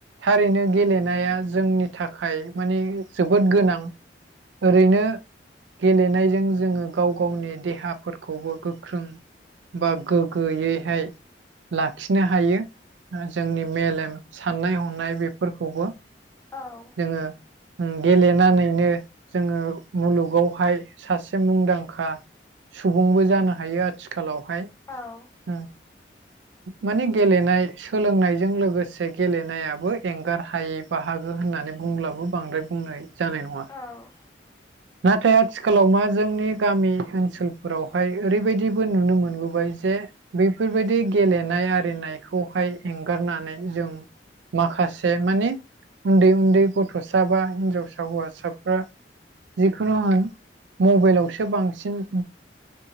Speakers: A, on the right; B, on the left.
A: थारैनो गेलेनाया जोंनि थाखाय मानि जोबोद गोनां ओरैनो गेलेनायजों जोङो गाव गावनि देहाफोरखौबो गोख्रों बा गोग्गोयैहाय लाखिनो हायो जोंनि मेलेम साननाय हनाय बेफोरखौबो
B: औ
A: जोङो उम गेलेनानैनो जोङो मुलुगावहाय सासे मुंदांखा सुबुंबो जानो हायो आथिखालावहाय
B: औ
A: उम माने गेलेनाय सोलोंनायजों लोगोसे गेलेनायाबो एंगार हायि बाहागो होननानै बुंब्लाबो बांद्राय बुंनाय जानाय नङा।
B: औ
A: नाथाय आथिखालाव मा जोंनि गामि ओनसोलफोरावहाय ओरैबायदिबो नुनो मोनबोबाय जे बेफोरबायदि गेलेनाय आरिनायखौहाय एंगारनानै जों माखासे माने उन्दै उन्दै गथ'सा बा हिनजावसा हौवासाफ्रा जिखुनु होन मबाइलावसो बांसिन